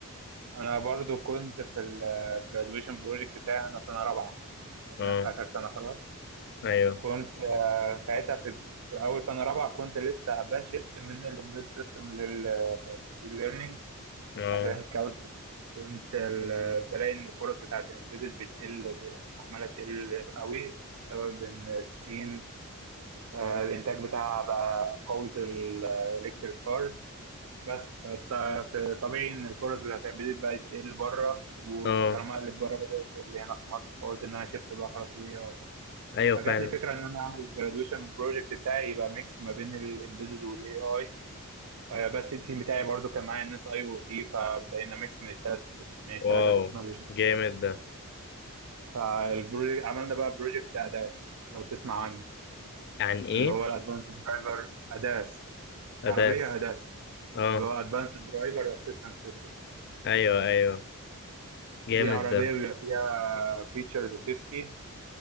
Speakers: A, on the right (about 70°); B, on the left (about 50°).
A: انا برضو كنت في الجرادويشن بروجكت بتاعي انا سنه رابعه انا
B: اه
A: في اخر سنه خلاص
B: ايوه
A: كنت آه، ساعتها في في اول سنه رابعه كنت لسه بشفت من الامبيد سيستم للماشين ليرنينج
B: اه
A: عشان كود كنت ال- آه، بلاقي ان الفرص بتاعت الامبيدد بتقل ب- عماله تقل قوي بسبب ان الصين آه، الانتاج بتاعها بقى قوي في الالكتريك كارز بس فط- فطبيعي ان الفرص بتاعت الامبيدد بقت تقل بره وطالما
B: اه
A: قلت بره بدات تقل هنا في مصر فقلت ان انا شفت بقى خلاص الاي
B: ايوه
A: فجات
B: فعلا
A: لي فكره ان انا اعمل الجرادويشن بروجكت بتاعي يبقى ميكس ما بين الامبيدد والاي اي بس التيم بتاعي برضو كان معايا الناس اي او تي فبقينا ميكس من الثلاث من الثلاثه
B: واو
A: تكنولوجي
B: جامد ده
A: فالبروجكت عملنا بقى بروجكت اداس لو تسمع عنه
B: عن ايه
A: اللي هو الادفانس درايفر اداس
B: اداس
A: عربيه اداس
B: اه
A: اللي هو ادفانس درايفر اسيستنس سيستم
B: ايوه ايوه جامد
A: دي عربيه
B: ده
A: بيبقى فيها فيتشرز سيفتي